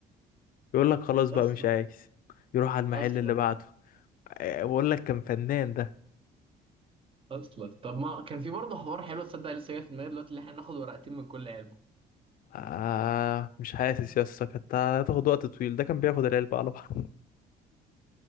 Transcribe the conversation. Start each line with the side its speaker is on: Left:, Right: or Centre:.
Left: يقول لك خلاص بقى
Right: اصلا
Left: مش عايز يروح على المحل
Right: اصلا
Left: اللي بعده أه، بقول لك كان فنان ده
Right: اصلا طب ما كان في برضه حوار حلو تصدق لسه جاي في دماغي دلوقتي اللي احنا ناخد ورقتين من كل علبه
Left: آه مش حاسس يا اسطى كانت هتاخد وقت طويل ده كان بياخد العلبة على بعض